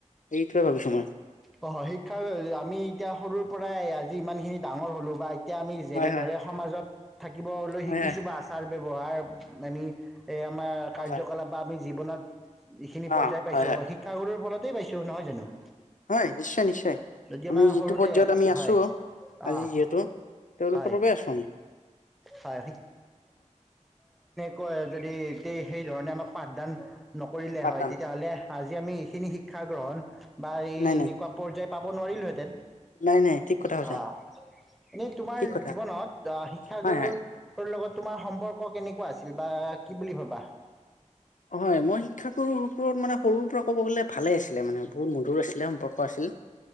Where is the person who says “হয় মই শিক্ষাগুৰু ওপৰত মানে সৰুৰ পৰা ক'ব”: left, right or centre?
Left